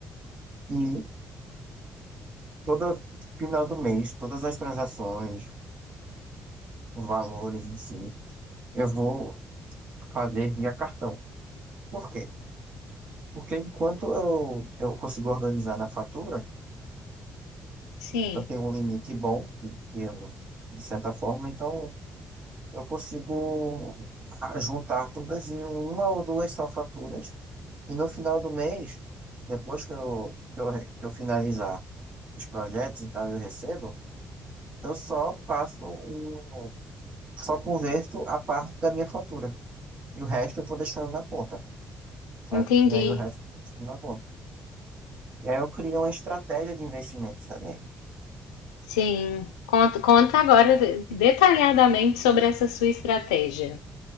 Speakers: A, on the right (about 45°); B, on the left (about 75°).
A: E todo final do mês, todas as transações, valores em si, eu vou fazer via cartão. Por quê? Porque enquanto eu, eu consigo organizar na fatura,
B: Sim,
A: eu tenho um limite bom, que que eu, de certa forma, então eu consigo a- juntar todas em uma ou duas só faturas E no final do mês, depois que eu, que eu, re- que eu finalizar os projetos e tal, eu recebo, eu só passo o só converto a parte da minha fatura. E o resto eu vou deixando na conta, sabe?
B: entendi.
A: E aí o resto eu vou deixando na conta. E aí eu crio uma estratégia de investimento também,
B: Sim. Conta, conta agora detalhadamente sobre essa sua estratégia,